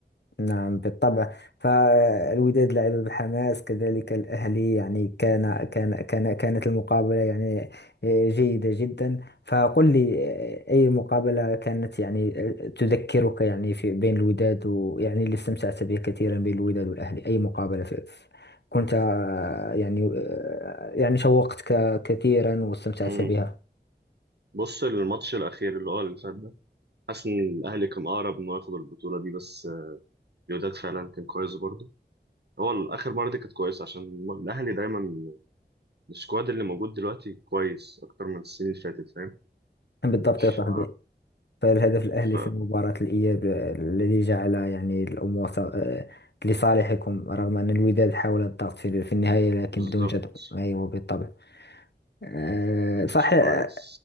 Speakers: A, on the left; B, on the right.
A: نعم بالطبع فالوداد لعب بحماس كذلك الأهلي يعني كان كان كان كانت المقابلة يعني آه، جيدة جدا فقل لي آه، أي مقابلة كانت يعني آه، تذكرك يعني في بين الوداد ويعني اللي استمتعت به كثيرا بين الوداد والأهلي أي مقابلة في في- كنت آه، يعني آه، يعني شوقتك كثيرا واستمتعت
B: امم
A: بها
B: بص الماتش الاخير اللي هو اللي فات ده حاسس ان الاهلي كان اقرب انه ياخد البطوله دي بس آه، الوداد فعلا كان كويس برضه هو الاخر مره دي كانت كويسه عشان الاهلي دايما السكواد اللي موجود دلوقتي كويس اكتر من السنين اللي فاتت فاهم
A: بالضبط
B: ف...
A: يا صاحبي فالهدف الأهلي
B: ف...
A: في مباراة الإياب آه، الذي جعل يعني الأمور ت- آه، لصالحكم رغم أن الوداد حاول الضغط في في النهاية لكن
B: بالظبط
A: بدون جدوى أيوة بالطبع آه،
B: ماتش
A: صح آه،
B: كويس